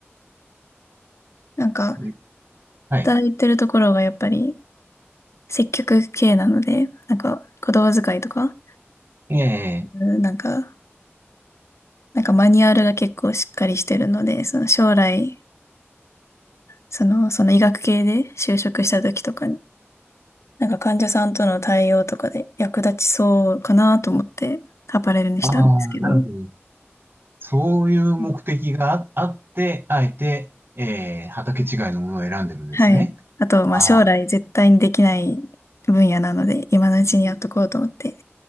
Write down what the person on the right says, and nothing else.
いはい。
ええ
ああー、なるほど。そういう目的があ、
あって、あえて、ええ畑違いのものを選んでるんですね。
ああ、